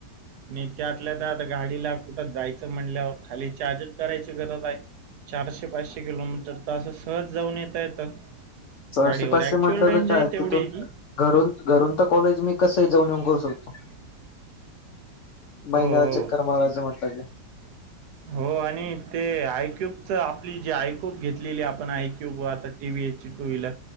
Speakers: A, on the right; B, on the left.
A: आणि त्यातल्या त्यात गाडीला कुठं जायचं म्हणल्यावर खाली चार्जच करायची गरज आहे. चारशे पाचशे किलोमीटर तर असं सहज जाऊन येता येत.
B: चारशे
A: गाडीवर
B: पाचशे
A: ऍक्च्युअल
B: म्हटलं
A: रेंज
B: तर काय
A: आहे तेवढी.
B: तिथून घरून घरून तर कॉलेज मी कसही जाऊन येऊन करू शकतो.
A: हो
B: महिन्याला
A: हो
B: चक्कर मारायचं म्हटलं की.
A: हो आणि ते आयक्यूबच आपली जे आयक्यूब घेतलेली आपण आयक्यूब आताते टी वी एचची टू व्हहीलर.